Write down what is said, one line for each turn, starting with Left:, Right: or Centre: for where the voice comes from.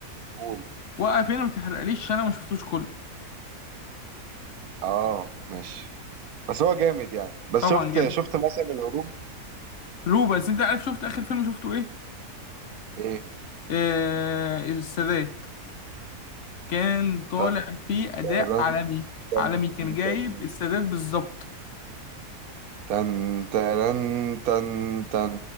Right: قول
Left: وقف هنا ما تحرقليش عشان انا ما شفتوش كله
Right: اه ماشي بس هو جامد يعني بس
Left: طبعا
Right: شفت
Left: جامد
Right: شفت مثلا الهروب
Left: روبنز انت عارف شفت اخر فيلم شفته ايه
Right: ايه
Left: آه السادات كان طالع
Right: تن
Left: فيه أداء
Right: ترن
Left: عالمي
Right: تن
Left: عالمي كان جايب
Right: تن
Left: السادات بالظبط
Right: تن ترن تن تن